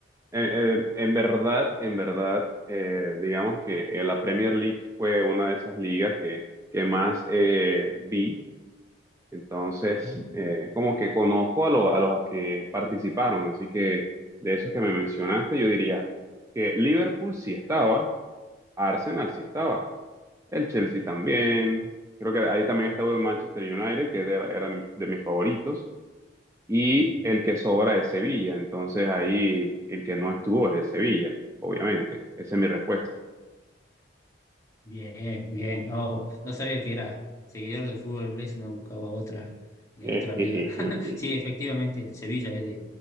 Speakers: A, on the right; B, on the left.
A: eh, eh, en verdad, en verdad, eh, digamos que eh, la Premier League fue una de esas ligas que, que más eh, vi. Entonces,
B: ¿Mm?
A: eh, como que conozco a, lo- a los que participaron. Así que de esos que me mencionaste, yo diría que Liverpool sí estaba, Arsenal sí estaba,
B: Sí,
A: el Chelsea también.
B: sí,
A: Creo que ahí también estaba el Manchester United, que era, era de mis favoritos y
B: sí.
A: el que sobra es Sevilla. Entonces ahí el que no estuvo es el Sevilla, obviamente. Esa es mi respuesta.
B: Bien, bien. Oh, no sabía que era seguidor del fútbol inglés y no buscaba otra de
A: <laughs>
B: otra liga. <laughs> Sí, efectivamente, el Sevilla es de